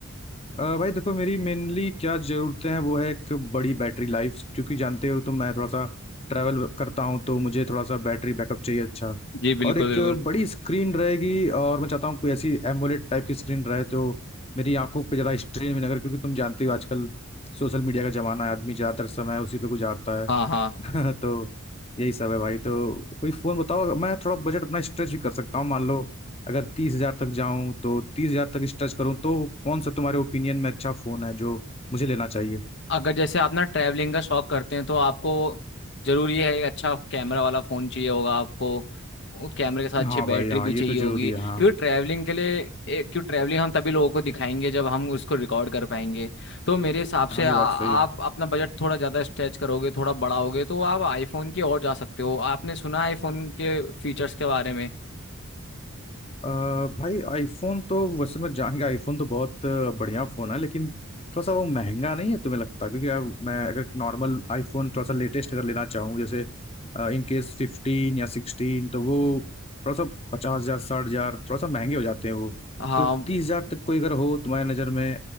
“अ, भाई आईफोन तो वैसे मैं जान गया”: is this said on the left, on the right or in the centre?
Left